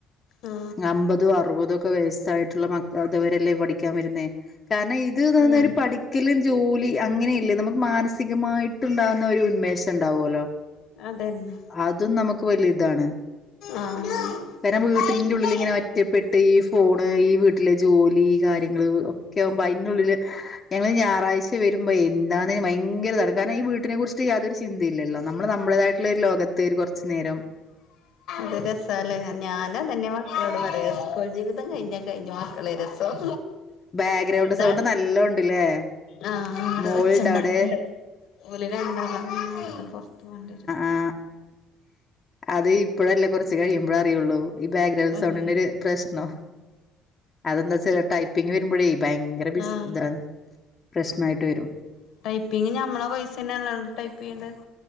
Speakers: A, on the left; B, on the left.
A: ആ
B: അമ്പതു അറുപതൊ ക് പ്പൊ വെയ്സ്സായിട്ട്ള്ള മക്കൾത് വ രെല്ലേ പഠിക്കാൻ വരുന്നേ കാരണം ഇത് ന്ന് ന്നർഞ്ഞ
A: ആ
B: ഒരു പഠിക്കല് ജോലി അങ്ങനെ ഇല്ല നമുക്ക് മാൻസ് സ്ഥിരമായിട്ടുണ്ടാകുന്ന ഒരു ഉന്മേഷം ണ്ടാവല്ലോ
A: അതന്നെ
B: അത് നമു ക്ക് വലിയ ഇതാണ്.
A: ആഹ്
B: കാരണം വീട്ടിലിറെ
A: ആഹ്
B: ഉള്ളിൽ ഇങ്ങനെ ഒറ്റപ്പെട്ട് ഈ ഫോണ് ഈ വീട്ടിലെ ജോലി കാര്യം ഒക്കെവുമ്പോ അയ്ന്റുള്ളില് ഞങ്ങൾ ഞായറാഴ് വരുമ്പോ എന്താ ഭയങ്കരതാണ് കാരണംഈ വീട്ടിനെ കുറിച്ച്ട്ട് യാതൊരു ചിന്തയില്ലല്ലോ നമ്മള് നമ്മളതായിട്ടുള്ള ഒരു ലോകത്ത് ഒരു കുറച്ചു നേരം
A: ന്ത്‌ രസാലേ ഞാനതന്നെ മക്കളോട് പറയാ സ്കോൾ ജീവിതം കഴിഞ്ഞാ കഴിഞ്ഞു മക്കളെ രസം
B: ബാക്ക്ഗ്രൗണ്ട് സൗണ്ട്
A: താ
B: നല്ല ഉണ്ടല്ലേ
A: ആ അവ്ടെ
B: മോളുണ്ട്
A: ഒച്ച ണ്ടാക്ക്ണ്ട്
B: അവിടെ
A: ഓല് രണ്ടതാ ങ്ങനെ പൊർത്ത് മണ്ടിരു
B: ആ അത് ഇപ്പഴല്ല കുറച്ച് കഴിയുമ്പള അറിയുള്ളൂ. ഈ ബാക്ക്ഗ്രൗണ്ട്
A: ആഹ്
B: സൗണ്ടിന്റെ ഒരു പ്രശ്നം അതെന്താ വച്ചാ ടൈപ്പിങ് വരുമ്പോഴേ ഭയങ്കര ബിസ്‌ദ്ര
A: ആഹ്
B: പ്രശ്നായിട്ട് വരും.
A: ടൈപ്പിംഗ നമ്മളെ പൈസ തന്നെ ഉ ടൈപ്പ് ചെയ്യേണ്ടത്